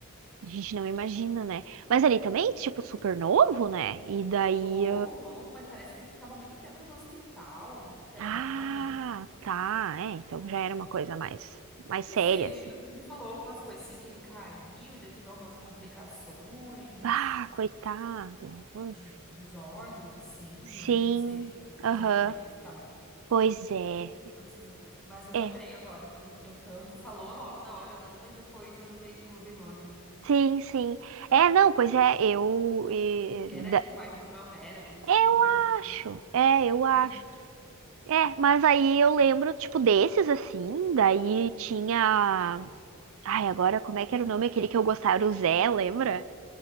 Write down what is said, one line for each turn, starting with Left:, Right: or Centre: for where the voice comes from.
Right: a gente não imagina, né? Mas ali também, tipo, super novo, né? E daí.
Centre: Novo, novo, mas parece que ele ficava muito tempo no hospital, internado
Right: Ah,
Centre: já.
Right: ah, tá. É, então já era uma coisa mais, mais
Centre: Não
Right: séria,
Centre: sei, o Vini
Right: assim.
Centre: me falou algumas coisas assim que ele caiu e daí teve algumas complicações
Right: Ah, coitado. Uf.
Centre: de, dos órgãos, assim,
Right: Sim,
Centre: aí eu não sei
Right: aham.
Centre: exatamente, sabe?
Right: Pois é.
Centre: O que aconteceu. Mas eu
Right: É.
Centre: lembrei agora, pelo, eu- pelo- tu falou logo na hora, não, mas depois eu veio a memória.
Right: Sim, sim. É, não, pois é, eu. e-
Centre: Ele
Right: da-
Centre: era ali do bairro Primavera, por isso
Right: Eu
Centre: que o Vini era conhecido.
Right: acho. É, eu
Centre: E
Right: acho. É, mas aí eu lembro, tipo, desses assim, daí tinha. Ai, agora como é que era o nome aquele que eu gostava? Era o Zé, lembra?